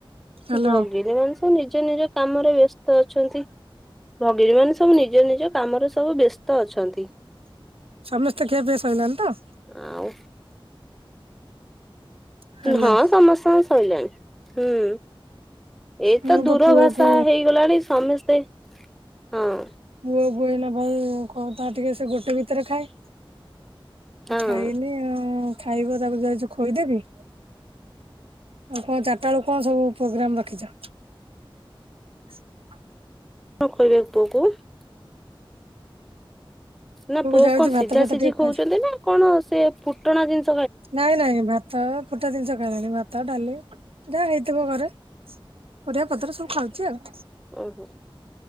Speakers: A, on the right (about 85°); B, in the centre.
A: ହ୍ୟାଲୋ
B: ଭଗିନି ମାନେ ସବୁ ନିଜ ନିଜ କାମରେ ବ୍ୟସ୍ତ ଅଛନ୍ତି। ଭଗଣୀ ମାନେ ସବୁ ନିଜ ନିଜ କାମରେ ସବୁ ବ୍ୟସ୍ତ ଅଛନ୍ତି।
A: ସମସ୍ତେ ଖିଆପିଆ ସଇଲଣିି ତ?
B: ଆଉ
A: ହ୍ୟାଲୋ।
B: ହଁ ସମସ୍ତଙ୍କ ସଇଲାଣି। ହୁଁ ଏଇତ
A: ମୁଁ ତ
B: ଦୂର
A: ପୁଅକୁ
B: ଭାଷା ହେଇଗଲାଣି ସମସ୍ତେ ହଁ।
A: ପୁଅ ବୁହ ନ ଭାଇ କ ତା ଟିକେ ସେ ଗୋଟେ ଭିତରେ ଖାଏ।
B: ହଁ
A: ଆଉ ଖାଇନି
B: କଣ
A: ଆ ଖାଇବ ତାକୁ ଯାଇଛ ଖୋଇଦେବି। ଆଉ କଣ ଚାରିଟା ବଳୁ କଣ ସବୁ ପ୍ରୋଗ୍ରାମ ରଖିଛ? <inaudible>
B: <unintelligible> ନା ପୁଅକୁ
A: ଯାଉଚି
B: କଣ
A: ଭାତ
B: ସିଝା
A: ଫାତ
B: ସିଝି
A: ଟିକେ ଖୁଆଇଛି
B: ଖଉଛନ୍ତି ନା କଣ ସେ ଫୁଟଣା ଜିନ୍
A: ନାଇଁ ନାଇଁ ଭାତ୍ ଅ ଫୁଟା ଜିନିଷ ଖାଇବନି ଭାତ ଡାଲି ଯାହା ହେଇଥିବ ଘରେ ପରିବା ପତ୍ର ସବୁ। ଖାଉଛି ଆଉ
B: ଓହୋ